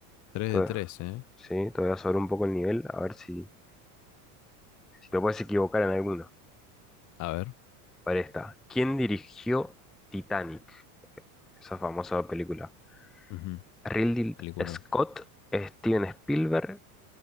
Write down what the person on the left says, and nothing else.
tres
de tres ¿eh?
A ver.
Ujú,
Peliculón.